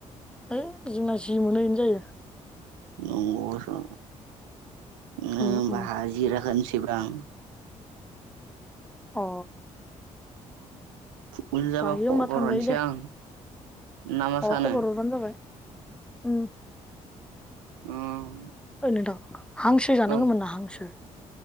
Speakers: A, in the centre; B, on the right.
A: है जोंना जि मोनो इनो जायो।
B: नंगौ नो होमबा
A: उम उम
B: हाजिराखोनस <unintelligible>
A: अ
B: फुनोजाबा
A: जायो
B: खबर
A: होमबा थांजायो
B: हनसै
A: दे
B: आं ना मा
A: अ
B: सानो
A: खबर हरबानो जाबाय उम
B: उम
A: ओइ नोंथां हांसो जानांगोमोन
B: औ
A: ना हांसो